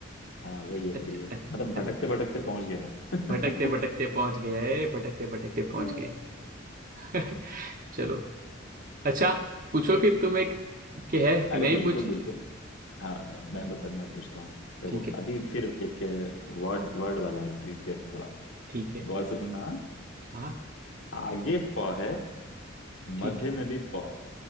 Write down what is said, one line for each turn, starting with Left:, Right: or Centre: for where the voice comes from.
Left: हाँ वही
Right: अच्छा
Left: है वही
Right: अच्छा,
Left: है मतलब भटकते
Right: अच्छा,
Left: भटकते पहुंच गया <laughs>
Right: भटकते भटकते पहुंच गए भटकते भटकते पहुंच
Left: आ,
Right: गए <laughs> चलो अच्छा पूछो फिर तुम एक के है कि
Left: अरे
Right: मैं ही
Left: बिल्कुल
Right: पूछ
Left: बिल्कुल
Right: लूं?
Left: हाँ मैं बता मैं पूछ रहा हूँ देखो
Right: ठीक है
Left: अभी फिर एक वर्ड वर्ड वाला है ट्रिक है थोड़ा
Right: ठीक है
Left: गौर से सुनना हाँ?
Right: हाँ
Left: आगे प है
Right: ठीक
Left: मध्य
Right: है
Left: में भी प